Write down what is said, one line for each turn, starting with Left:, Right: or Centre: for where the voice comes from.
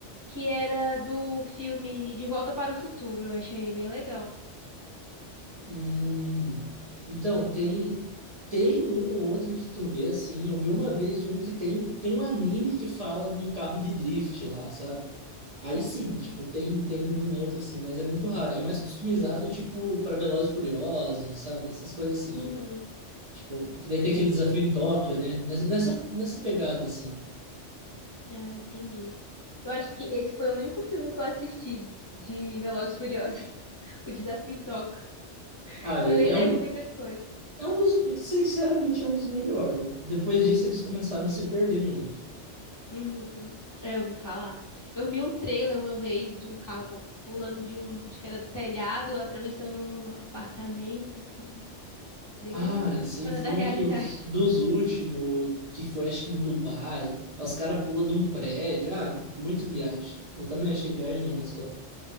Left: que era do filme De Volta para o Futuro. Eu achei bem legal.
Right: Hum, então, tem, tem um ou outro que tu vê, assim, eu vi uma vez um que tem, tem um anime que fala de um carro de drift lá, sabe? Aí sim,
Left: Uhum.
Right: tipo, tem, tem um outro assim, mas é muito raro. É mais customizado, tipo, para Velozes e Furiosos, sabe? Essas coisas assim.
Left: Uhum.
Right: Tipo, que daí tem aquele desafio em Tóquio, né? Nessa, nessa, nessa pegada, assim.
Left: Ah, entendi. Eu acho que esse foi o único filme que eu assisti de Velozes e Furiosos, <laughs> O Desafio em Tóquio.
Right: Ah,
Left: Eu
Right: e
Left: nem
Right: é
Left: lembro
Right: um,
Left: muita coisa.
Right: é um dos, sinceramente, é um dos melhores. Depois disso, eles começaram a se perder muito.
Left: Uhum. É, Eu ouvi falar. Eu vi um trailer uma vez de um carro pulando de um, acho que era do telhado, atravessando um apartamento, assim, bem
Right: Ah, esse
Left: fora
Right: foi
Left: da <laughs> realidade.
Right: um dos, dos últimos, que foi, acho que em Dubai. Os caras pulam de um prédio. Ah, muito viagem. Eu também achei viagem demais,